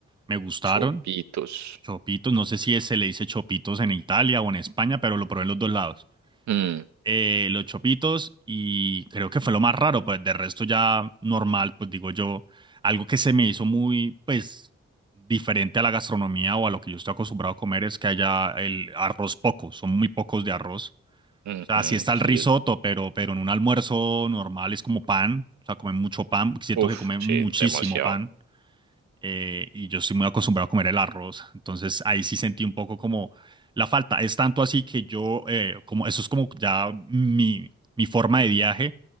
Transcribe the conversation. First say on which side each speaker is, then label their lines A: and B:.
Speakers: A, on the right; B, on the right.
A: Me gustaron.
B: Chopitos.
A: Chopitos, no sé si se le dice chopitos en Italia o en España, pero lo probé en los dos lados.
B: Mm,
A: eh, los chopitos y creo que fue lo más raro, pues de resto ya normal, pues digo yo, algo que se me hizo muy, pues diferente a la gastronomía o a lo que yo estoy acostumbrado a comer es que haya el arroz poco, son muy pocos de arroz.
B: ujú,
A: O sea, sí está el
B: sí,
A: risotto, pero, pero en un almuerzo normal es como pan, o sea, comen mucho pan, siento
B: uf,
A: que comen
B: sí,
A: muchísimo
B: demasiado.
A: pan eh, y yo estoy muy acostumbrado a comer el arroz, entonces ahí sí sentí un poco como la falta. Es tanto así que yo, eh, como eso es como ya mi, mi forma de viaje,